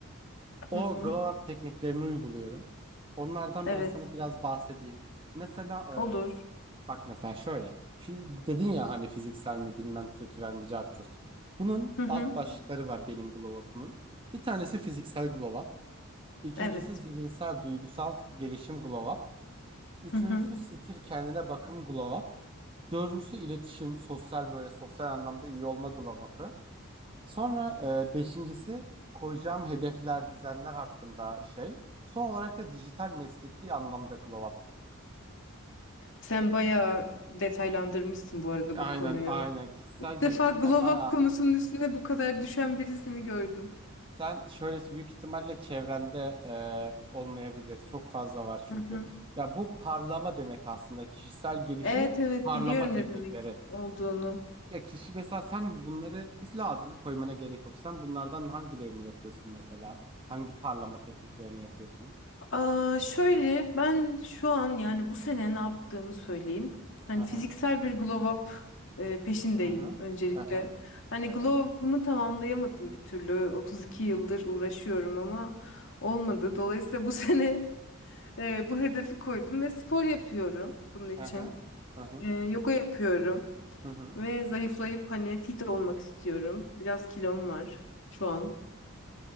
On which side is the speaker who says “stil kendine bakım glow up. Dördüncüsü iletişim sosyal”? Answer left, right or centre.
Right